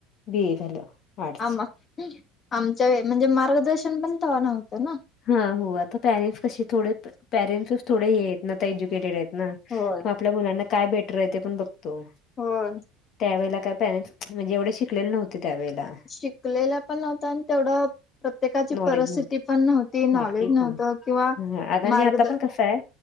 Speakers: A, on the left; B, on the left.
A: बीए झालं आर्टस.
B: आम आमच्या वेळें म्हणजे मार्गदर्शन पण तवा नव्हत ना.
A: हा हो आता पॅरेंट्स कसे थोडे पॅरेंट्सच थोडे हे आहेत ना तर एज्युकेटेड आहेत ना
B: हो.
A: मग आपल्या मुलांना काय बेटर आहे ते पण बघतो.
B: हो.
A: त्यावेळेला काय पॅरेंट्स म्हणजे एवढे शिकलेले नव्हते. त्यावेळेला
B: शिकलेला पण नव्हत आणि तेवढं प्रत्येकाची
A: नॉलेज
B: परिस्थिती
A: नव्हतं
B: पण नव्हती. नॉलेज
A: हा ते
B: नव्हतं
A: पण
B: किंवा
A: अगनी
B: मार्गद
A: आता पण कस आहे.